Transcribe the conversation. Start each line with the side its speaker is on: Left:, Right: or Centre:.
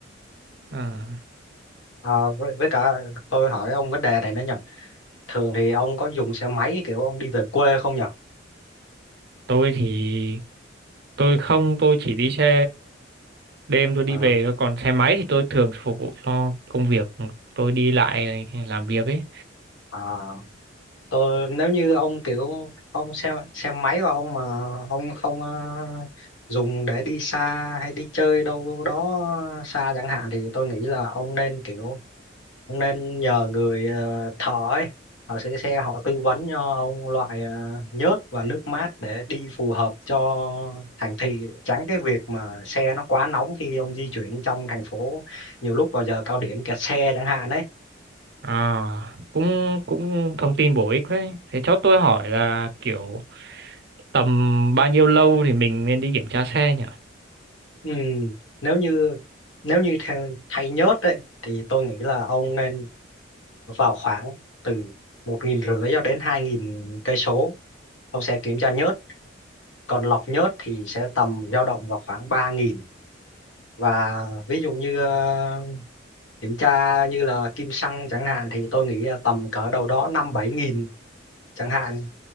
Right: à
Left: à, với, với cả tôi hỏi ông vấn đề này nữa nhỉ thường thì ông có dùng xe máy kiểu ông đi về quê không nhỉ
Right: tôi thì tôi không tôi chỉ đi xe đêm tôi đi
Left: à,
Right: về thôi còn xe máy thì tôi thường phục vụ cho công việc tôi đi lại này thì làm việc ấy
Left: à, Ờ, nếu như ông kiểu ông xem xem máy và ông mà ông không ờ, dùng để đi xa hay đi chơi đâu đó xa chẳng hạn thì tôi nghĩ là ông nên kiểu ông nên nhờ người ờ, thợ ấy thợ sửa xe họ tư vấn cho ông loại ờ, nhớt và nước mát để đi phù hợp cho thành thị tránh cái việc mà xe nó quá nóng khi ông di chuyển trong thành phố nhiều lúc vào giờ cao điểm kẹt xe chẳng hạn đấy
Right: à, cũng cũng thông tin bổ ích đấy thế cho tôi hỏi là kiểu tầm bao nhiêu lâu thì mình nên đi kiểm tra xe nhỉ
Left: Ừ, nếu như nếu như theo thay nhớt đấy thì tôi nghĩ là ông nên vào khoảng từ một nghìn rưỡi cho đến hai nghìn cây số ông sẽ kiểm tra nhớt còn lọc nhớt thì sẽ tầm dao động vào khoảng ba nghìn và ví dụ như ờ, kiểm tra như là kim xăng chẳng hạn thì tôi nghĩ là tầm cỡ đâu đó năm bảy nghìn chẳng hạn